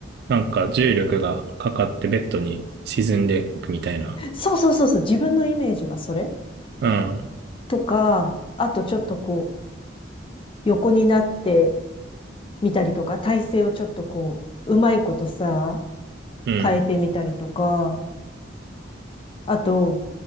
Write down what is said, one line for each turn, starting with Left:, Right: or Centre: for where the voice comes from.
Right: なんか重力がかかってベッドに沈んでいくみたいな。
Left: そうそうそうそう、自分のイメージはそれ。
Right: うん。
Left: とか、あとちょっとこう、横になってみたりとか、体勢をちょっとこう、うまいことさ、
Right: うん。
Left: 変えてみたりとか、あと、